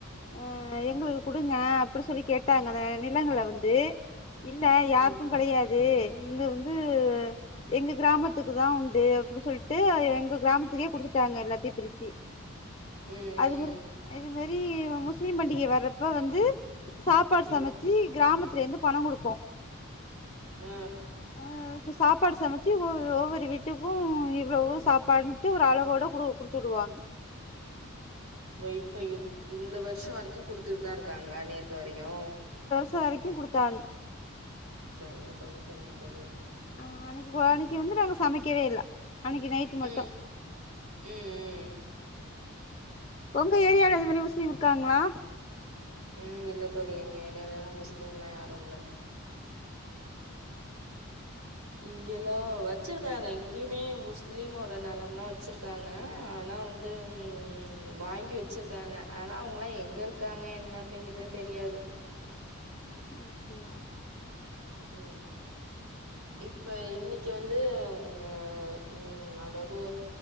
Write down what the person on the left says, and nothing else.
அ எங்குளுகு குடுங்க அப்டி சொல்லி கேட்டாங்க அத நிலங்கள வந்து இல்ல யாருக்கு
கெடயாது இங்க இருந்து எங்க கிராமத்துக்கு தா உண்டு அப்டின் சொல்ட்டு எங்க கிராமத்துகே குடுத்துட்டாங்க எல்லாத்தி பிரிச்சு
அது மாரி அது மாரி முஸ்லீம் பண்டிகை வர்றப்ப வந்து சாப்பாடு
சமச்சு கிராமத்ல இருந்து பண குடுப்போ
அ சாப்பாடு சமச்சு ஒ ஒவ்வொரு வீட்டுக்கூ இவ்ளவு சாப்பாடுன்ட்டு ஒரு அளவோட குடு குடு துடுவா
இப்ப வரைக்கு குடுத்தாங்க
ஆ அன்னைக்கு போ அன்னைக்கு வந்து நாங்க சமைக்கவே இல்ல அன்னைக்கு நைட்டு மட்டு
ஒங்க ஏரியால
இது மாரி முஸ்லீம் இருக்காங்ளா
ஓ அப்டியா